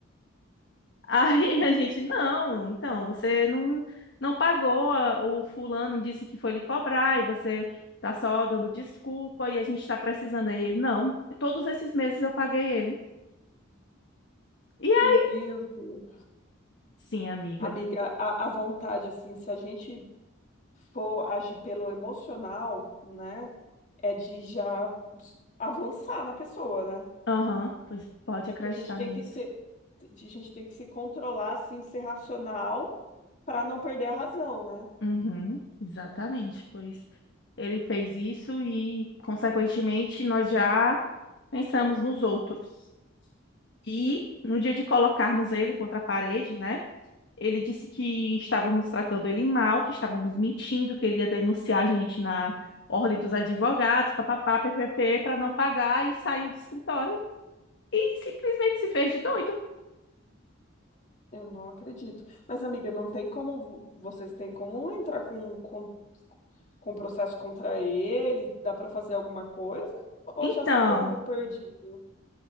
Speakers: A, on the left; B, on the left.
A: Aí a gente, não, então, você não, não pagou, a- o fulano disse que foi lhe cobrar e você tá só dando desculpa e a gente tá precisando. Aí ele, não, todos esses meses eu paguei ele. E é
B: Meu Deus.
A: sim, amiga.
B: Amiga, a, a vontade, assim, se a gente for agir pelo emocional, né, é de já avançar na pessoa, né?
A: Aham, pois pode
B: É
A: acreditar
B: que a gente tem
A: nisso.
B: que ser, a gente tem que se controlar, assim, ser racional para não perder a razão, né?
A: Uhum, exatamente, pois ele fez isso e, consequentemente, nós já pensamos nos outros. E no dia de colocarmos ele contra a parede, né? Ele disse que estávamos tratando ele mal, que estávamos mentindo, que ele ia denunciar a gente na ordem dos advogados, papapá, ppp, para não pagar e saiu do escritório e simplesmente se fez de doido.
B: Eu não acredito. Mas, amiga, não tem como, vo- vocês têm como entrar com, com, com processo contra ele? Dá para fazer alguma coisa? Ou
A: Então,
B: já se deu como perdido?